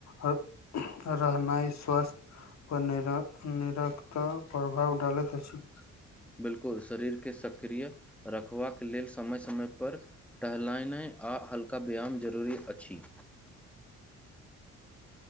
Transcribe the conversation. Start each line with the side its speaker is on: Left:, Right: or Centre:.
Left: रहनाइ स्वास्थ्य पर निर निरकत प्रभाव डालैत अछि
Centre: बिलकुल शरीर के सक्रिय रखबाक लेल समय समय पर टहलायने आ आ हल्का व्यायाम जरूरी अछि